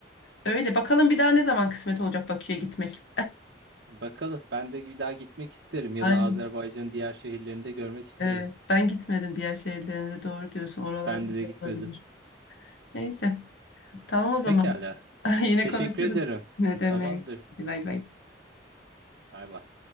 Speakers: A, on the left; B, on the right.
A: Öyle bakalım bir daha ne zaman kısmet olacak Bakü'ye gitmek.
B: Bakalım. Ben de bir daha gitmek isterim ya
A: Aynen.
B: da Azerbaycan'ın diğer şehirlerinde görmek isterim.
A: Evet, ben gitmedim diğer şehirlerine de doğru diyorsun. Oralarda
B: Ben
A: güzel
B: de, de gitmedim.
A: olabilir. Neyse tamam o zaman.
B: Pekala.
A: <laughs> Yine
B: Teşekkür
A: konuşuruz.
B: ederim.
A: Ne demek.
B: Tamamdır.
A: Hadi Bay bay.
B: Bay bay.